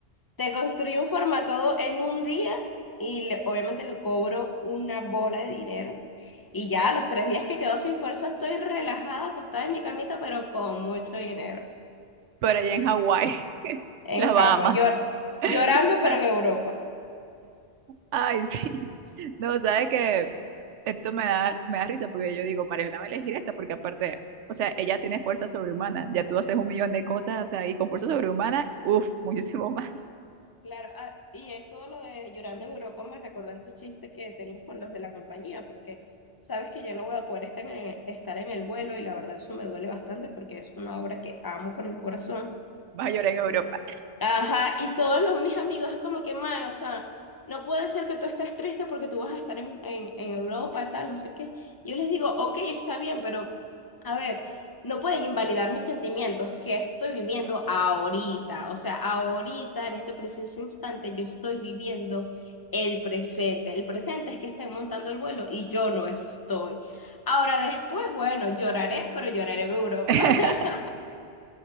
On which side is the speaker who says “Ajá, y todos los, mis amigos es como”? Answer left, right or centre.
Left